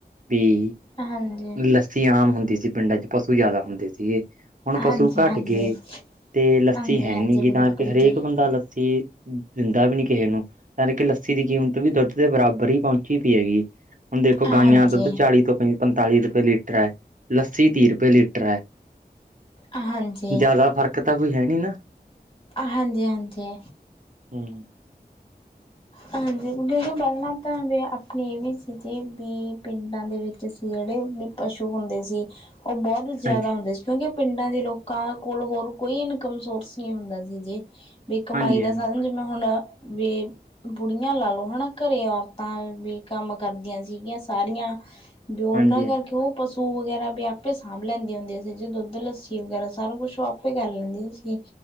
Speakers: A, on the right; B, on the left.
A: ਵੀ
B: ਹਾਂਜੀ
A: ਲੱਸੀ, ਆਮ ਹੁੰਦੀ ਸੀ। ਪਿੰਡਾਂ ਚ, ਪਸੂ ਜਿਆਦਾ ਹੁੰਦੇ ਸੀਗੇ। ਹੁਣ
B: ਹਾਂਜੀ
A: ਪਸ਼ੂ ਘੱਟ
B: ਹਾਂਜੀ
A: ਗਏ। ਤੇ, ਲੱਸੀ
B: ਹਾਂਜੀ
A: ਹੈ,
B: ਹਾਂਜੀ
A: ਨੀ,
B: ਬਿਲਕੁਲ
A: ਗ ਤਾਂ ਹਰੇਕ
B: ਜੀ
A: ਬੰਦਾ, ਲੱਸੀ ਦਿੰਦਾ ਵੀ ਨੀ ਕਿਸੇ ਨੂੰ। ਨਾਲੇ ਕਿ ਲੱਸੀ ਦੀ ਕੀਮਤ ਵੀ, ਦੁੱਧ ਦੇ ਬਰਾਬਰ ਹੀ, ਪਹੁੰਚੀ ਪਈ ਹੈਗੀ। ਹੁਣ ਦੇਖੋ,
B: ਹਾਂਜੀ
A: ਗਾਈਆਂ ਦੁੱਧ ਚੜੀ ਤੋਂ, ਪਈਆਂ। ਪੰਤਾਲੀ ਰੁਪਏ ਲੀਟਰ ਹੈ। ਲੱਸੀ ਤੀਹ ਰੁਪਏ ਲੀਟਰ ਹੈ।
B: ਹਾਂਜੀ
A: ਜ਼ਿਆਦਾ ਫ਼ਰਕ ਤਾਂ, ਕੋਈ ਹੈ। ਨੀ, ਨਾ।
B: ਹਾਂਜੀ- ਹਾਂਜੀ।
A: ਹੂੰ,
B: ਹਾਂਜੀ, ਪਹਿਲਾਂ ਤਾਂ ਇਹ ਵੀ ਸੀ। ਜੇ, ਵੀ ਪਿੰਡਾਂ ਦੇ ਵਿੱਚ ਸੀ ਜਿਹੜੇ, ਵੀ ਪਸ਼ੂ ਹੁੰਦੇ ਸੀ। ਉਹ ਬਹੁਤ,
A: ਹਾਂਜੀ,
B: ਜ਼ਿਆਦਾ ਹੁੰਦੇ ਸੀ। ਕਿਉਂਕਿ ਪਿੰਡਾਂ ਦੇ ਲੋਕਾਂ, ਕੋਲ ਹੋਰ ਕੋਈ, ਇਨਕਮ ਸੋਰਸ ਨਹੀਂ ਹੁੰਦਾ ਸੀ। ਜੇ ਵੀ ਕਮਾਈ
A: ਹਾਂਜੀ,
B: ਦਾ
A: ਹਾਂਜੀ, ਹਾਂਜੀ,
B: ਸਾਧਨ, ਜਿਵੇਂ ਹੁਣ ਵੀ ਬੁੜੀਆਂ ਲਾ ਲਓ। ਹਨਾ, ਘਰੇ ਔਰਤਾਂ ਵੀ ਕੰਮ ਕਰਦੀਆਂ ਸੀਗੀਆਂ ਸਾਰੀਆਂ। ਤੇ, ਬਓਨਾਂ
A: ਹਾਂਜੀ,
B: ਕਰਕੇ, ਉਹ ਪਸੂ ਵਗੈਰਾ ਵੀ, ਆਪੇ ਸਾਂਭ ਲੈਂਦੀਆਂ ਹੁੰਦੀਆਂ ਸੀ। ਜੇ ਦੁੱਧ ਲੱਸੀ, ਵਗੈਰਾ ਸਾਰਾ ਕੁਛ, ਆਪੇ ਕਰ ਲੈਂਦੀਆਂ ਸੀ